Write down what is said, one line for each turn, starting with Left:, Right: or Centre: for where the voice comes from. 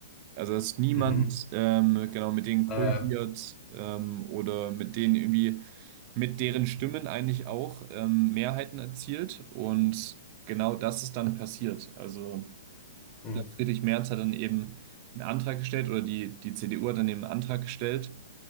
Right: Also dass niemand
Left: Mhm.
Right: ähm, genau mit denen
Left: Ah,
Right: koaliert
Left: ja.
Right: ähm, oder mit denen irgendwie mit deren Stimmen eigentlich auch ähm, Mehrheiten erzielt und genau das ist dann passiert. Also
Left: Hm.
Right: ich glaube, Friedrich Merz hat dann eben einen Antrag gestellt oder die, die CDU hat dann eben einen Antrag gestellt,